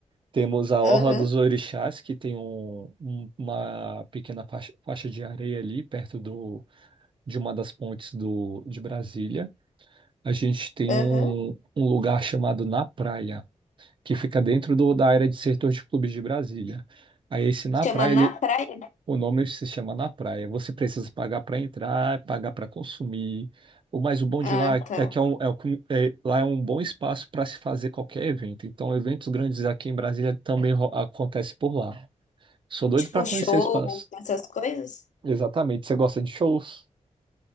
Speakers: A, on the right; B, on the left.
A: Temos a
B: Aham,
A: Orla dos Orixás, que tem um- um- uma pequena faixa, faixa de areia ali, perto do, de uma das pontes do, de Brasília. A gente tem
B: aham.
A: um, um lugar chamado Na Praia, que fica dentro do- da área de setor de clubes de Brasília. Aí esse Na
B: Chama
A: Praia, ele
B: na praia?
A: o nome se chama Na Praia. Você precisa pagar para entrar, pagar para consumir. O mais o bom
B: Ah,
A: de lá
B: tá.
A: é que é um- é um- é- lá é um bom espaço para se fazer qualquer evento. Então, eventos grandes aqui em Brasília também ro- acontece por lá. Sou doido
B: Tipo
A: para
B: show,
A: conhecer o espaço.
B: essas coisas?
A: Exatamente. Você gosta de shows?